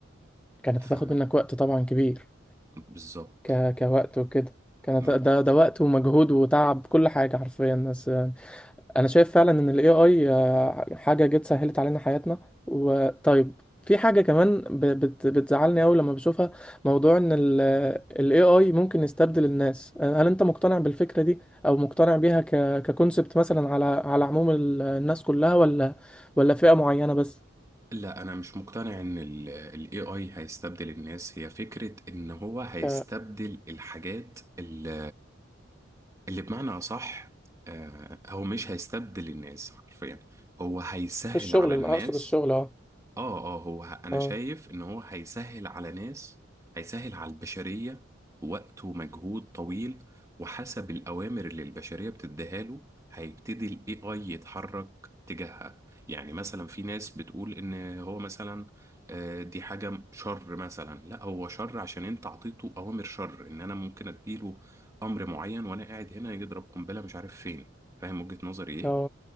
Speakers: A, in the centre; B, on the right.
A: كانت
B: ف
A: هتاخد منك وقت طبعا كبير
B: بالظبط
A: ك... كوقت وكده كانت
B: م-
A: ده ده وقت ومجهود وتعب كل حاجة حرفيا بس انا شايف فعلا ان الاي اي حاجه جت سهلت علينا حياتنا وطيب في حاجه كمان ب- بت- بتزعلني قوي لما بشوفها موضوع ان الاي اي ممكن يستبدل الناس هل انت مقتنع بالفكره دي او مقتنع بيها ك ككونسبت مثلا على على عموم ال- الناس كلها ولا ولا فئه معينه بس
B: لا انا مش مقتنع ان الاي اي هيستبدل الناس هي فكرة ان هو هيستبدل
A: ك
B: الحاجات اللي, اللي بمعنى اصح آه، هو مش هيستبدل الناس حرفيا هو هيسهل
A: في الشغل
B: على الناس
A: اقصد الشغل اه
B: اه اه هو ه- انا
A: اه
B: شايف ان هو هيسهل على ناس هيسهل على البشرية وقت ومجهود طويل وحسب الأوامر اللي البشرية بتديها له هيبتدي ال AI يتحرك تجاهها يعني مثلا في ناس بتقول إن هو مثلا آه، دي حاجة شر مثلا لا هو شر عشان أنت عطيته أوامر شر إن أنا ممكن أديله أمر معين وأنا قاعد هنا يضرب قنبلة مش عارف فين فاهم وجهة نظري إيه؟
A: اه